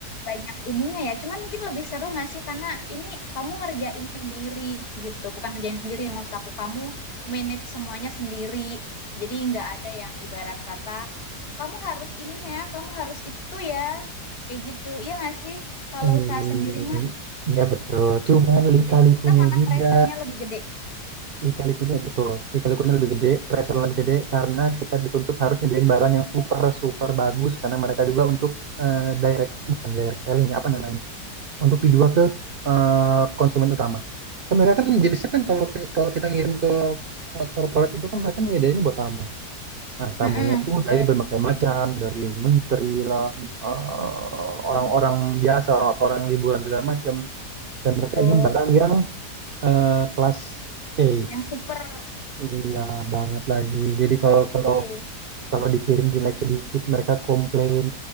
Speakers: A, on the left; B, on the right.
A: banyak ininya ya. Cuman mungkin lebih seru nggak sih karena ini kamu ngerjain sendiri gitu. Bukan ngerjain sendiri maksud aku kamu manage semuanya sendiri. Jadi nggak ada yang ibarat kata kamu harus ini ya, kamu harus itu ya. Kayak gitu. Iya nggak sih? Kalau
B: I-
A: usaha sendiri mah
B: Iya betul, cuman lika-likunya
A: kita malah
B: juga
A: pressure-nya lebih gede.
B: lika-likunya betul, lika-likunya lebih gede, pressure lebih gede karena kita dituntut harus nyediain barang yang super super bagus karena mereka juga untuk eh, direct bukan direct selling apa namanya untuk dijual ke eh, konsumen utama. Kan mereka kan jenisnya kan
A: Oh.
B: kalau ke- kalau kita ngirim ke eh, corporate itu kan mereka nyediainnya buat tamu. Nah, tamunya
A: Mm-mm,
B: itu
A: betul.
B: dari berbagai macam, dari menteri lah, eh,
A: Iya,
B: orang-orang
A: iya.
B: biasa, orang-orang liburan segala macam dan
A: Betul.
B: mereka ingin barang
A: Oke.
B: yang eh, kelas A.
A: Yang super
B: Iya banget
A: super
B: lagi. Jadi
A: super
B: kalau
A: oke.
B: kalau kalau dikirim jelek sedikit mereka komplain